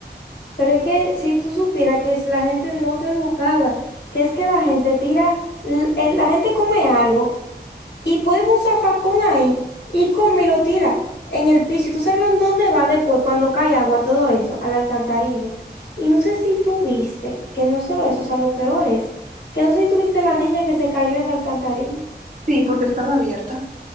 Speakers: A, on the left (about 75°); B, on the right (about 50°).
A: Pero es que si tú supieras que es la gente no te educada, que es que la gente tira, l- eh, la gente come algo y puede ver un zafacón ahí y come y lo tira en el piso. Y tú sabes en dónde va después cuando cae agua, todo eso, a la alcantarilla. Y no sé si tú viste, que no solo eso, o sea, lo peor es, que no sé si tú viste la niña que se cayó en la alcantarilla.
B: Sí, porque estaba abierta.